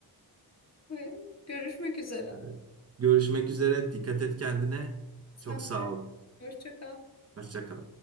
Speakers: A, on the left (about 40°); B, on the right (about 40°).
A: Ve görüşmek üzere.
B: <laughs> Görüşmek üzere. Dikkat et kendine. Çok
A: Sen
B: sağ
A: de
B: ol.
A: hoşça kal.
B: Hoşça kal.